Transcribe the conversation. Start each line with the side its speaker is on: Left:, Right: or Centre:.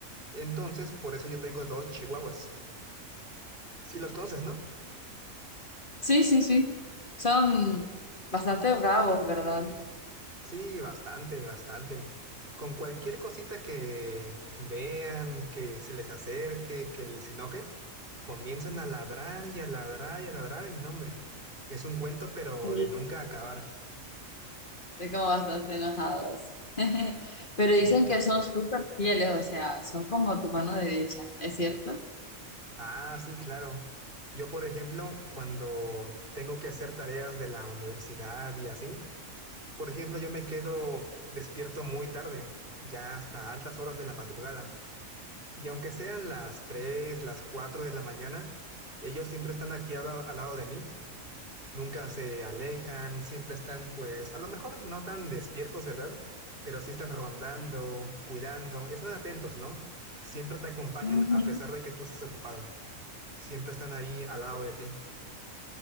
Right: Entonces, por eso yo tengo dos chihuahuas. Si los conoces, ¿no?
Left: Sí, sí, sí. Son bastante bravos, ¿verdad?
Right: Sí, bastante, bastante. Con cualquier cosita que vean, que se les acerque, que les enoje, comienzan a ladrar y a ladrar y a ladrar y no, hombre. Es un cuento, pero
Left: Sí.
Right: de nunca acabar.
Left: Estoy como bastante enojados. <laughs> Pero
Right: Sí.
Left: dicen que son súper fieles, o sea, son como tu mano derecha, ¿es cierto?
Right: Ah, sí, claro. Yo, por ejemplo, cuando tengo que hacer tareas de la universidad y así, Por ejemplo, yo me quedo despierto muy tarde, ya hasta altas horas de la madrugada. Y aunque sean las 3, las 4 de la mañana, ellos siempre están aquí al, la- al lado de mí. Nunca se alejan, siempre están, pues, a lo mejor no tan despiertos, ¿verdad? Pero sí están rondando, cuidando, están atentos, ¿no? Siempre te acompañan
Left: Ujú.
Right: a pesar de que tú estés ocupado. Siempre están ahí al lado de ti.